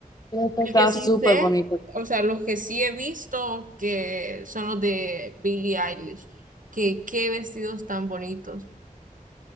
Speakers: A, on the left; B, on the right.
A: Creo que
B: El
A: Estaba
B: que sí
A: súper
B: sé,
A: bonito.
B: o sea, los que sí he visto que son los de Billie Eilish, que qué vestidos tan bonitos.